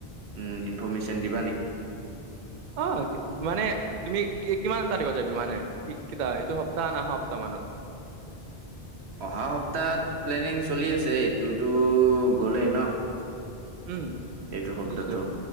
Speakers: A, on the right; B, on the right.
A: উম ইনফৰমেশ্যন দিবা নেকি?
B: অ মানে তুমি কি কিমান তাৰিখত যাবি মানে কি কটা এইটো সপ্তাহ ন অহা সপ্তাহ মানত?
A: অহা সপ্তাহত প্লেনিং চলি আছে এইটোতো গ'লেই ন
B: উম
A: এইটো শব্দটো
B: বুজিছো